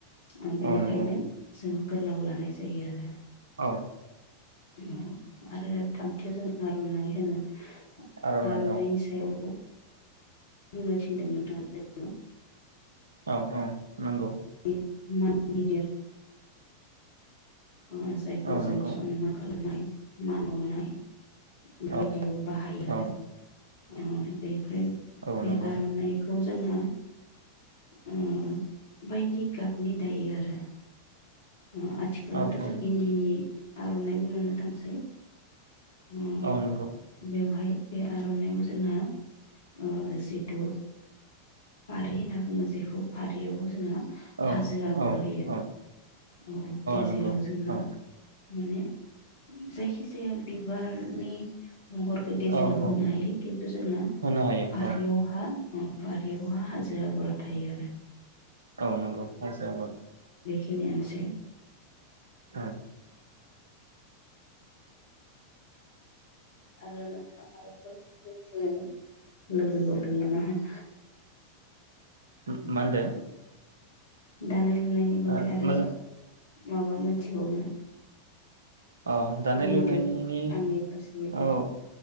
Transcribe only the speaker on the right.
औ नंगौ
औ ।
आर'नाइ
औ
औ औ नोंगौ ।
औ
नंगौ
औ
औ
औ
नंगौ
औ
औ
औ नंगौ
औ
औ
औ
नंगौ
औ
औ
औ
होनो हायो
औ
औ नंगौ <unintelligible> आबाद ।
औ ।
उम मा होनदो?
ओ
मोजां
अ' दानाय
लुनायनि
औ